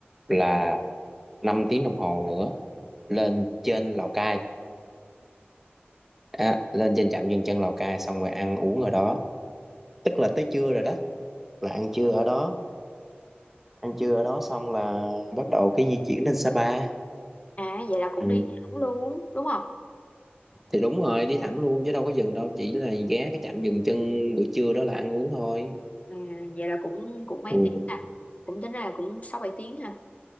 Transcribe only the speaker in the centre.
là 5 tiếng đồng hồ nữa lên trên Lào Cai à, lên trên trạm dừng chân Lào Cai xong rồi ăn uống ở đó tức là tới trưa rồi đó là ăn trưa ở đó ăn trưa ở đó xong là bắt đầu cái di chuyển lên Sapa
ừ.
thì đúng rồi đi thẳng luôn chứ đâu có dừng đâu chỉ là ghé cái trạm dừng chân buổi trưa đó là ăn uống thôi
ừ.